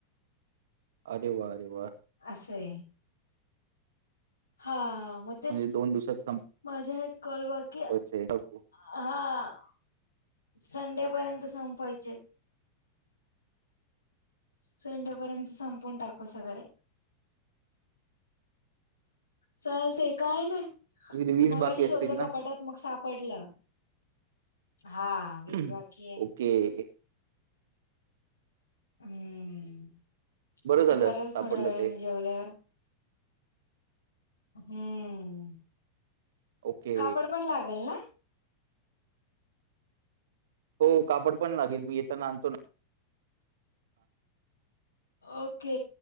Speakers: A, on the right; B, on the left.
A: अरे वा अरे वा.
B: असये. हा म
A: म्हणजे दोन दिवसात सम
B: माझ्या आहेत, कल वात.
A: पैसे टाकू.
B: हा, संडेपर्यंत संपवायचे. संडेपर्यंत संपवून टाकू सगळे. चालतय काय नाही,
A: तुझे वीस
B: मगाशी
A: बाकी
B: शोधलं
A: असतील ना?
B: कपाटात. मग सापडलं, हा. वीस
A: हम,
B: बाकी आहे.
A: ओके.
B: हम्म.,
A: बरं
B: आता
A: झालं
B: करल
A: सापडलं
B: थोड्या वेळाने
A: ते
B: जेवल्यावर. हम्म,
A: ओके
B: कापड पण लागल ना.
A: हो कापड पण लागेल मी येताना आणतो ना.
B: ओके,